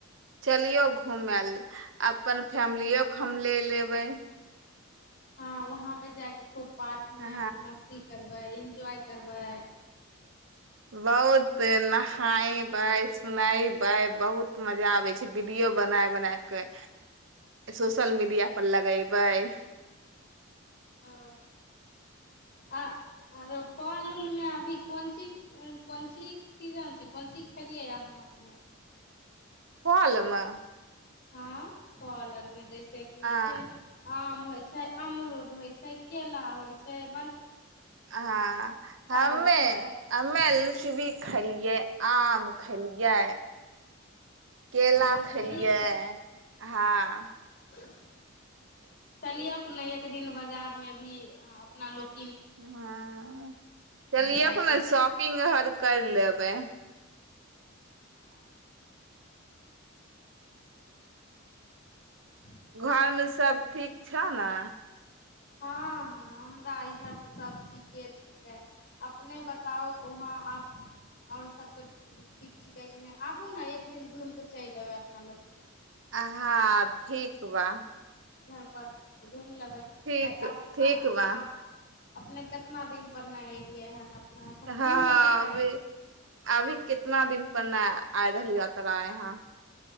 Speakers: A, on the right (about 60°); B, on the left (about 50°).
A: चलिए घुमेला अपन फैमिलयो के हम ले ले बैय
B: हाँ वहाँ पर जाइ के खूब पार्क मे
A: हँ
B: मस्ती करबै इंजॉय करबै
A: बहुते नहाबै सोनैबै बहुत मजा आबै छैय वीडियो बनाय बनाय के सोशल मीडिया पर लगैबै
B: ओ आ अरो फल उल मे अभी कोनचीज कोनचीज के सिजन छैय कोनची खेलियै अहाँ अपने
A: फल मे
B: हाँ फल अर मे जैसे जे की होइ
A: आ
B: छैय ने आम होइ छैय अमरुद होइ छैय, केला होइ छैय
A: हाँ हम्मे
B: होइ छै
A: हम्मे लुचबी खेलियै आम खेलियै, केला
B: लुचबी
A: खेलियै <unintelligible> हाँ
B: ह <unintelligible> चलियोक ने एक दिन बजा- बाजारमे भी अं अपना लोक जा-
A: हँ चलियोक
B: जायके
A: ने शॉपिंग अर करि लेबै
B: हँ क <unintelligible>
A: घरमे सब ठीक छ ने
B: हँ हँ हमरा इधर तऽ सभ ठीके छिकै अपने बताउ उहाँ अप- आओर सबके ठीक छिकै कि नहि आबू ने एक दिन घुमि कऽ चलि अयबै अपना लोग भी
A: हँ ठीक बा
B: अपन घुमि लेबै
A: ठीक
B: आप
A: ठीक बा
B: अपने कितना दिन पर नहि एलियै हन अपना सब
A: हँ
B: घुमि लेबै जायके
A: अभी अभी कितना दिन अपना आइ रहलियो तोरा यहाँ